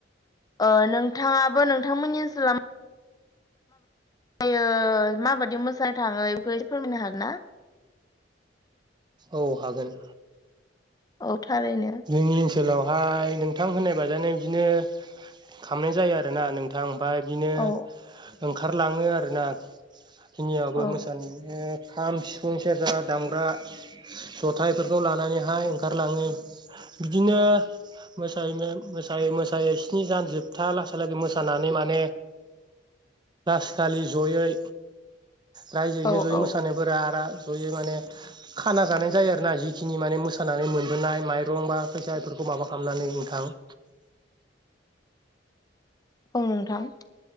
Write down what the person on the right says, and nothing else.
औ हागोन।
जोंनि ओनसोलावहाय नोंथां होननाय बाजानो बिदिनो। खामनाय जायो आरोना नोंथां ओमफाय बिदिनो
ओंखा। खारलाङो आरोना जिंनियावबो
मोसानो। खाम, सिफुं, सेरजा दामग्रा जथा इफोरखौ लानानैहाय ओंखारलाङो। बिदिनो। मोसायैनो मोसायै-मोसायै स्नि सान जोबथा लासा लागै मोसानानै माने। लासखालि ज'यै रायजोयैनो
ज'यै
मोसानायफोरा आरो। ज'यै माने खाना जानाय जायो आरो ना जिखिनि माने मोसानानै मोनबोनाय माइ। दंबा फैसा इफोरखौ माबा खालामनानै नोंथां।